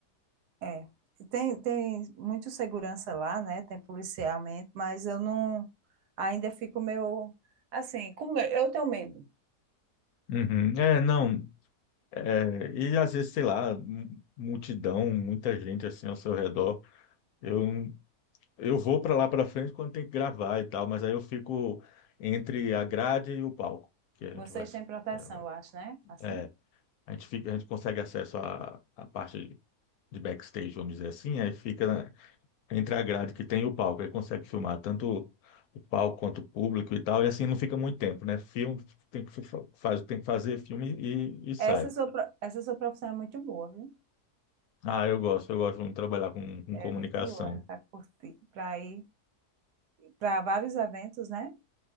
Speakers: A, on the right; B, on the left.
A: É. Tem, tem muito segurança lá, né? Tem policiamento, mas eu não. Ainda fico meio. Assim, com me- eu tenho medo.
B: Uhum. É, não, é, e às vezes, sei lá, mu- multidão, muita gente assim ao seu redor. Eu, eu vou para lá para frente quando tem que gravar e tal, mas aí eu fico entre a grade e o palco, que a
A: Vocês
B: gente vai
A: têm proteção,
B: gravar.
A: eu acho, né? Assim.
B: É, A gente fica, a gente consegue acesso à, à parte de, de backstage, vamos dizer assim, aí fica na- entre a grade que tem e o palco, aí consegue filmar tanto o palco quanto o público e tal, e assim não fica muito tempo, né? Filme tem que fa- faz, tem que fazer filme e, e sai.
A: Essa sua, pro- essa sua profissão é muito boa, viu?
B: Ah, eu gosto, eu gosto muito de trabalhar com, com
A: É
B: comunicação.
A: muito boa para curtir, para ir. para vários eventos, né?